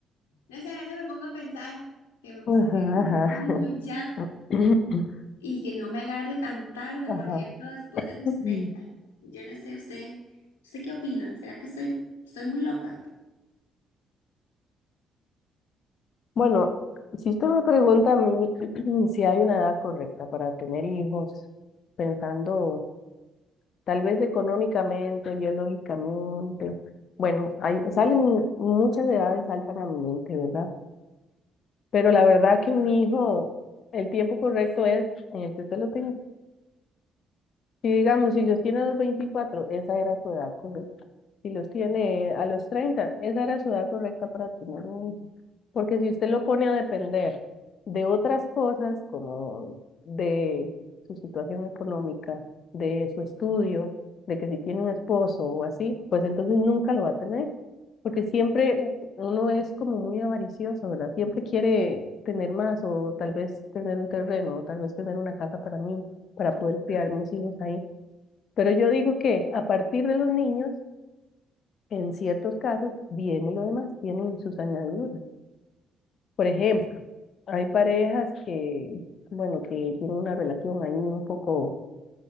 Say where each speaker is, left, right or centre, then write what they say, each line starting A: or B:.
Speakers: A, on the left; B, on the left.
A: no sé, a veces me pongo a pensar que me gustaría
B: ajá,
A: tener
B: ajá.
A: un hijo ya
B: <clears throat>
A: y que no me agarre tan tarde,
B: Ajá.
A: por ejemplo, después de los
B: <clears throat>
A: treinta Yo no sé, usted, ¿usted qué opina? ¿Será que estoy, estoy muy loca?
B: Bueno, si usted me pregunta a mí <clears throat> si hay una edad correcta para tener hijos, pensando. tal vez económicamente, biológicamente. Bueno, hay, salen muchas edades, saltan a mi mente, ¿verdad? Pero la verdad que un hijo, el tiempo correcto es en el que usted lo tenga. Si digamos, si los tiene a los veinticuatro esa era su edad correcta si los tiene a los treinta esa era su edad correcta para tener un hijo. Porque si usted lo pone a depender de otras cosas, como de su situación económica, de su estudio, de que si tiene un esposo o así, pues entonces nunca lo va a tener. Porque siempre u- uno es como muy avaricioso, ¿verdad? Siempre quiere tener más o tal vez tener un terreno o tal vez tener una casa para mí, para poder criar mis hijos ahí. Pero yo digo que a partir de los niños en ciertos casos viene lo demás, tienen sus añadiduras. Por ejemplo, hay parejas que, bueno, que tienen una relación ahí un poco